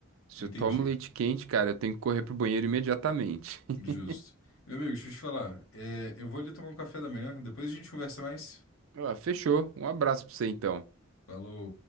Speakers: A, on the right; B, on the left.
A: Se
B: Entendi.
A: eu tomo leite quente, cara, eu tenho que correr pro banheiro imediatamente. <laughs>
B: Justo. Meu amigo, deixa eu te falar. é, eu vou ali tomar um café da manhã, depois a gente conversa mais.
A: Ah, fechou. Um abraço pra você então.
B: Falou.